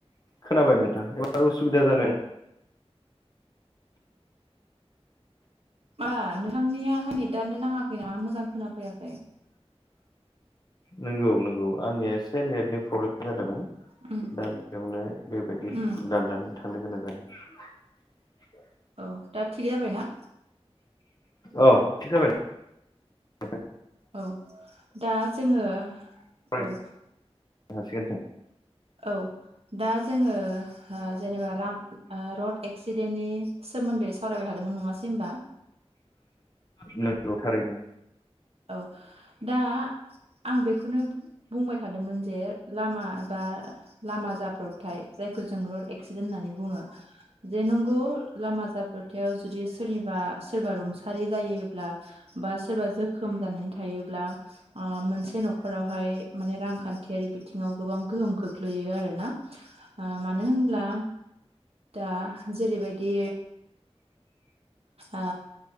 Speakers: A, on the left; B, on the right.
A: खोनाबाय नोंथां उसुबिदा जादों। <inaudible>
B: मा नोंथांनिफ्राय नेटनि <inaudible> आनो नाङाखै नामा मोजां खोनाफैयाखै।
A: नंगौ नंगौ आंनिया एसे नेटनि प्रब्लेम। जादोंमोन
B: उम
A: दा बेयावनो बेबायदि
B: उम
A: दाननानै थांनो गोनां जादों। <inaudible> <inaudible>
B: औ दा थिग जाबायना?
A: औ थिग जाबाय। <inaudible>
B: औ दा जोङो
A: फरायनो
B: औ।
A: हासिगोन दे।
B: औ दा जोङो जेनेबा राम ओ रड एक्सिडेन्टनि सोमोन्दै सावरायबाय थादोंमोन नङासै होमबा
A: नोंगौ थारैनो।
B: औ दा आं बेखौनो बुंबाय थादोंमोन जे लामा बा लामा जाब्रबथाय जायखौ जों रड एक्सिडेन्ट होननानै बुङो जे नंगौ लामा जाब्रबथायाव जुदि सोरनिबा सोरबा रुंसारि जायोब्ला बा सोरबा जो खोम जानानै थायोब्ला ओ मोनसे न'खरावहाय माने रांखान्थियारि बिथिङाव गोबां गोहोम खोख्लैयो आरोना ओ मानो होनब्ला दा जेरैबायदि ओ